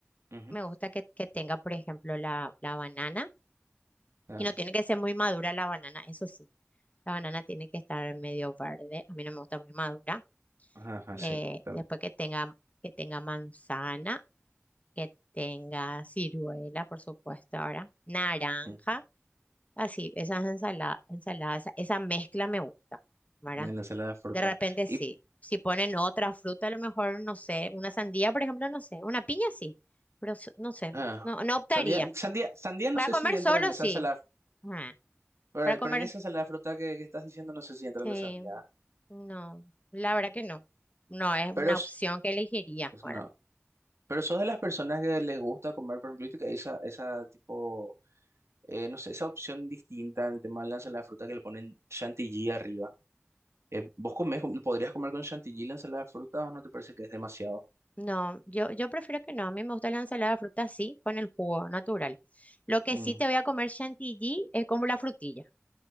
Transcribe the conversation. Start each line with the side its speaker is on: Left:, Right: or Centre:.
Right: Ujú.
Left: me gusta que, que tenga, por ejemplo, la, la banana.
Right: Ah,
Left: Y no tiene que ser muy madura la banana, eso sí La banana tiene que estar medio verde, a mí no me gusta muy madura.
Right: ajá, ajá,
Left: Eh,
Right: sí, también.
Left: después que tenga, que tenga manzana, que tenga ciruela, por supuesto, ahora, naranja,
Right: Ujú.
Left: así, esas ensala- ensaladas, esa, esa mezcla me gusta, ¿verdad?
Right: En la ensalada de fruta.
Left: De repente
Right: Y
Left: sí, si ponen otra fruta, a lo mejor, no sé, una sandía, por ejemplo, no sé, una piña sí, pero s- no sé,
Right: ah,
Left: no, no optaría.
Right: sandía, sandía, sandía no
Left: Para
Right: sé
Left: comer
Right: si entra
Left: solo
Right: en esa
Left: sí,
Right: ensalada.
Left: Ajá,
Right: Pero,
Left: Para comer,
Right: pero en esa salada de fruta que, que estás diciendo no sé si entra
Left: sí.
Right: la sandía. ¿eh?
Left: No, la verdad que no. No es
Right: Pero
Left: una
Right: s-
Left: opción que elegiría
Right: pues
Left: ahora.
Right: no. Pero sos de las personas que les gusta comer, por ejemplo, y que esa, esa tipo, eh, no sé, esa opción distinta en el tema de la ensalada de fruta que le ponen chantilly arriba. Eh, ¿vos comés, con- podrías comer con chantilly la ensalada de fruta o no te parece que es demasiado?
Left: No, yo, yo prefiero que no. A mí me gusta la ensalada de fruta así, con el jugo natural. Lo que
Right: Mm.
Left: sí te voy a comer chantilly es como la frutilla,